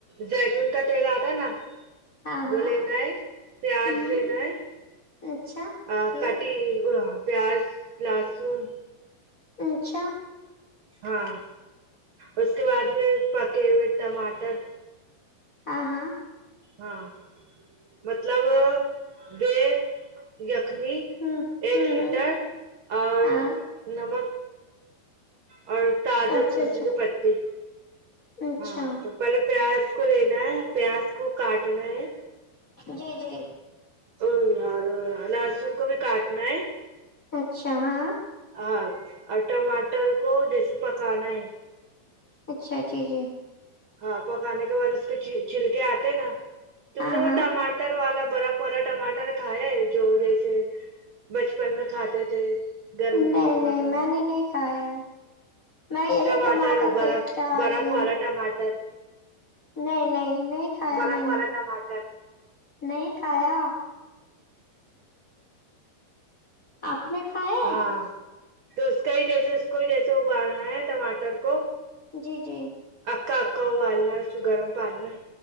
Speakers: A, on the right; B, on the left.
A: زیتون کا تیل آتا نا
B: ہاں
A: وہ
B: ہاں
A: لینا ہے پیاز
B: ہ
A: لینا ہے
B: اچھا
A: ا
B: یہ
A: کٹی پیاز لہسن
B: اچھا
A: ہاں اس کے بعد میں پکے ہوئے ٹماٹر
B: ہاں ہاں
A: ہاں مطلب بی یخنی
B: ہ
A: ایک
B: ہ
A: لیٹر اور
B: ہاں
A: نمک اور تازہ
B: اچھا
A: تلسی کے پتی
B: اچھا
A: ہاں تو پہلے پیاز کو لینا ہے پیاز کو کاٹنا ہے
B: جی جی
A: ا اور لہسن کو بھی کاٹنا ہے
B: اچھا ہاں
A: ہاں اور ٹماٹر کو جیسے پکانا ہے
B: اچھا جی جی
A: ہاں پکانے کے بعد اس کے چھلکے آتے نا تم
B: ہاں
A: نے وہ
B: ہاں
A: ٹما ٹر آلا برف والرا ماٹر کائے جو جیسے بچپن میں کھاتے تھے گرمیوں
B: نہیں
A: کا موسم
B: نہیں میں نے نہیں کھایا ہے میں یہی
A: ٹماٹر اور برف
B: دیکھتے آ
A: برف
B: رہی ہوں
A: والا ٹماٹر
B: نہیں نہیں نہیں کھایا
A: برف
B: میں
A: والا
B: نے
A: ٹماٹر
B: نہیں کھایا آپ نے کھائے
A: ہاں تو اس کا ہی جیسے اس کو جیسے ابالنا ہے ٹماٹر کو
B: جی جی
A: اکا اکا ابالنار ہے اسکو گرم پانی میں